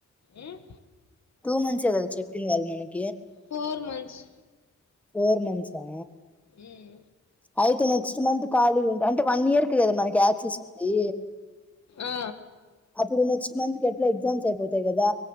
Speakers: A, on the left (about 60°); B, in the centre.
A: ఉం
B: టూ మంత్స్ ఏ కద చెప్పింది వాళ్ళ మనకి
A: ఫోర్ మంత్స్
B: ఫోర్ మంత్స్ ఆ
A: ఉం
B: అయితే నెక్స్ట్ మంత్ ఖాళీ ఉంటాయి అంటే వన్ ఇయర్ కి కదా మనకి ఆక్సిస్ ఉంది
A: ఆ!
B: అప్పుడు నెక్స్ట్ మంత్ ఇట్ ఎగ్జామ్స్ అయిపోతాయి కదా